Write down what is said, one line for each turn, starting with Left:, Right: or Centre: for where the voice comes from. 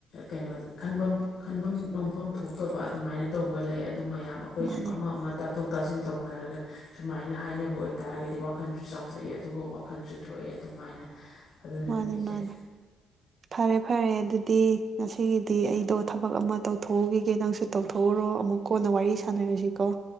Left: ꯀꯩꯅꯣꯗ ꯈꯟꯐꯝ ꯈꯟꯐꯝ ꯅꯣꯝꯐꯝ ꯊꯣꯛꯇꯕ ꯑꯗꯨꯃꯥꯏꯅ ꯇꯧꯕ ꯂꯩ ꯑꯗꯨ ꯃꯌꯥꯝ ꯑꯩꯈꯣꯏ
Right: ꯃꯥꯅꯤ
Left: ꯁꯨꯝ ꯑꯃ ꯇꯥꯊꯣꯛ ꯇꯥꯁꯤꯟ ꯇꯧꯅꯔꯒ ꯁꯨꯃꯥꯏꯅ ꯍꯥꯏꯅꯕ ꯑꯣꯏ ꯇꯥꯔꯒꯗꯤ ꯋꯥꯈꯜꯁꯨ ꯆꯥꯎꯊꯣꯛꯏ ꯑꯗꯨꯒ ꯋꯥꯈꯜꯁꯨ ꯊꯣꯛꯑꯦ ꯑꯗꯨꯃꯥꯏꯅ ꯑꯗꯨꯅꯅꯤ
Right: ꯃꯥꯅꯤ
Left: ꯏꯆꯦ
Right: ꯃꯥꯅꯤ ꯐꯔꯦ ꯐꯔꯦ ꯑꯗꯨꯗꯤ ꯗ ꯉꯁꯤꯒꯤꯗꯤ ꯑꯩꯗꯣ ꯊꯕꯛ ꯑꯃ ꯇꯧꯊꯣꯛꯎꯈꯤꯒꯦ ꯅꯪꯁꯨ ꯇꯧꯊꯣꯛꯎꯔꯣ ꯑꯃꯨꯛ ꯀꯣꯟꯅ ꯋꯥꯔꯤ ꯁꯥꯟꯅꯔꯁꯤꯀꯣ